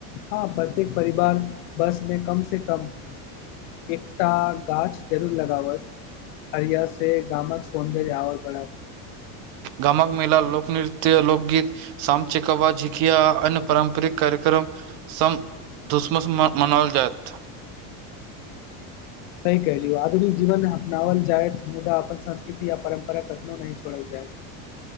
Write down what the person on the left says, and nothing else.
हँ प्रत्येक परिवार बस मे कम से कम एकटा गाछ जरूर लगाबत हरिया से गामक सौंन्दर्य और बढ़त
सही कहिलियौ आधुनिक जीवन अपनाबल जाइत मुदा अपन संस्कृति यऽ परम्परा कखनो नहि छोड़ल जायत